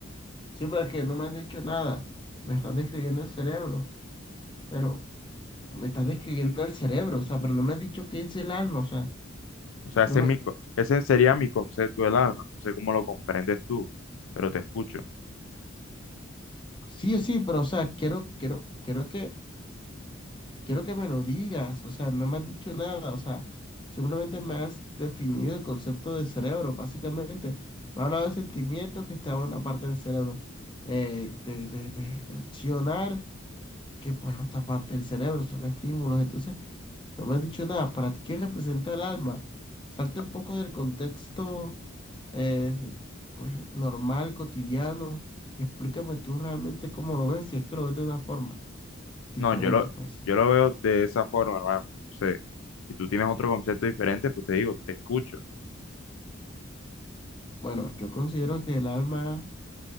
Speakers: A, on the left (about 25°); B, on the left (about 80°).
A: Sí, porque no me has dicho nada, me estás describiendo el cerebro, pero me estás describiendo el cerebro, o sea, pero no me has dicho qué es el alma, o sea,
B: O sea, ese
A: no me...
B: es mi, co- ese sería mi concepto del alma. No sé cómo lo comprendes tú, pero te escucho.
A: Sí, sí, pero o sea, quiero, quiero, quiero que, quiero que me lo digas. O sea, no me has dicho nada. O sea, simplemente me has definido el concepto de cerebro, básicamente. Me has hablado de sentimientos que está en una parte del cerebro. eh, de, de, de- de accionar, que pues otra parte del cerebro, son estímulos. Entonces, no me has dicho nada. ¿Para ti qué representa el alma? Salte
B: No,
A: un poco del contexto eh, pues, normal, cotidiano, y explícame tú realmente cómo lo ves, si es que lo ves de una forma diferente,
B: no, yo lo,
A: pues.
B: yo lo veo de esa forma, hermano. No sé. Si tú tienes otro concepto diferente, pues te digo, te escucho.
A: Bueno, yo considero que el alma